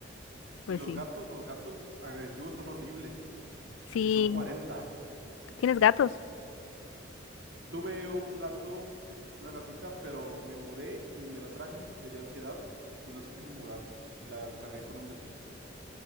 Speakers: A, on the left; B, on the right.
A: Pues
B: Y los
A: sí.
B: gatos, los gatos agresivos son horribles
A: Sí.
B: y son 40.
A: ¿Tienes gatos?
B: Tuve un gato, una gatita, pero me mudé y me la traje y le dio ansiedad y no se quiso mudar y la encargué con un vecino.